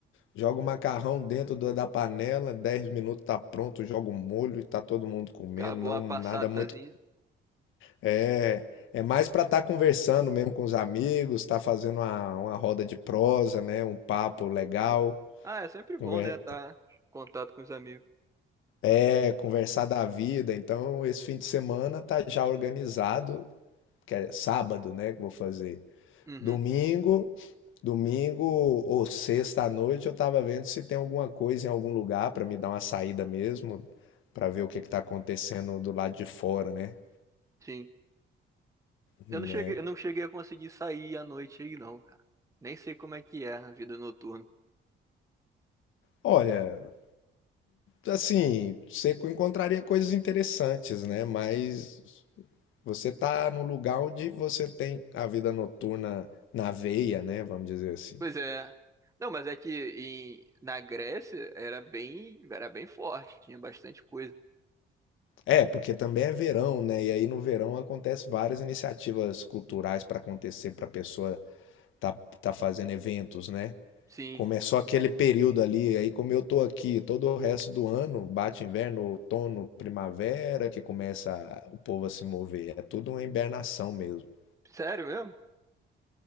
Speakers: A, on the left; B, on the right.
A: joga o macarrão dentro da da panela, 10 minutos tá pronto, joga o molho e tá todo mundo comendo,
B: Acabou
A: não
B: a passatazinha.
A: nada muito, é, é mais pra estar conversando mesmo com os amigos, tá fazendo uma, uma roda de prosa, né, um papo legal,
B: Ah, é sempre bom,
A: conver-
B: né? Tá em contato com os amigos.
A: é, conversar da vida, então esse fim de semana tá já organizado, que é sábado, né, que eu vou fazer.
B: Uhum,
A: Domingo, domingo ou sexta à noite eu tava vendo se tem alguma coisa em algum lugar pra me dar uma saída mesmo, pra ver o que que tá acontecendo do lado de fora, né?
B: sim. Eu
A: Né?
B: não cheguei, eu não cheguei a conseguir sair à noite aí, não, cara. Nem sei como é que é a vida noturna.
A: Olha, assim, você co- encontraria coisas interessantes, né? Mas você tá num lugar onde você tem a vida noturna na veia, né? Vamos dizer assim.
B: Pois é. Não, mas é que em- na Grécia era bem, era bem forte, tinha bastante coisa.
A: É, porque também é verão, né? E aí no verão acontece várias iniciativas culturais para acontecer para pessoa tá, tá fazendo eventos, né?
B: Sim,
A: Começou aquele período ali, aí como eu tô aqui todo o resto do ano, bate inverno, outono, primavera, que começa a- o povo a se mover. É tudo uma hibernação mesmo, pra
B: sério mesmo?